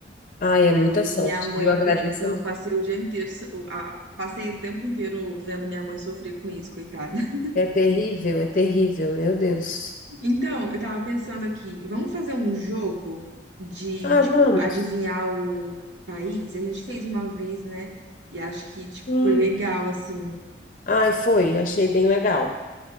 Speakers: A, on the left (about 45°); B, on the right (about 80°).
A: Ai,
B: Mas
A: é muita sorte,
B: minha mãe
A: viu? Agradeço.
B: tem, então eu passei o dia inteiro, so- o- a- passei o tempo inteiro vendo minha mãe sofrer com isso, coitada. <laughs>
A: É terrível, é terrível, meu Deus.
B: Então, eu tava pensando aqui, vamos fazer um jogo de,
A: Ah,
B: tipo,
A: vamos.
B: adivinhar o país? A gente fez uma vez, né? E acho que, tipo,
A: Hum.
B: foi legal, assim.
A: Ai, foi, achei bem legal.